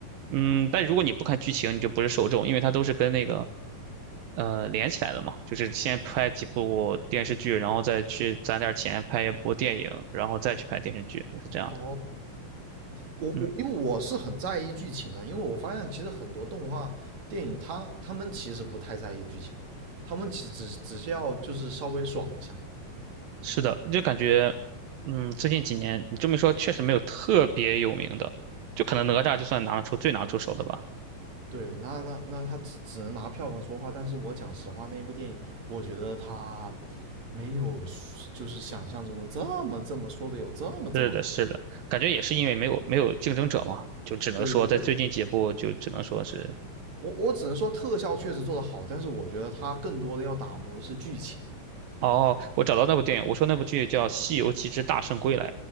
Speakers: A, on the right (about 80°); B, on the right (about 50°).
A: 嗯，但如果你不看剧情，你就不是受众，因为它都是跟那个呃连起来的嘛，就是先拍几部电视剧，然后再去攒点儿钱拍一部电影，然后再去拍电视剧，是这样的。
B: 哦，我我因为我是很在意剧情的，
A: 嗯，
B: 因为我发现其实很多动画电影他他们其实不太在意剧情啊，他们只只只是要就是稍微爽一下。
A: 是的，就感觉，嗯，最近几年你这么一说，确实没有特别有名的，就可能哪吒就算拿得出最拿得出手的吧。
B: 对，那那那他只只能拿票房说话，但是我讲实话，那一部电影，我觉得他没有就是想象中的这么这么说的有这么这么好。
A: 是的，是的，感觉也是因为没有没有竞争者嘛，就只能说在最近几部就只能说是，
B: 对，我觉得我我只能说特效确实做得好，但是我觉得它更多的要打磨的是剧情。
A: 哦，我找到那部电影，我说那部剧叫《西游记之大圣归来》，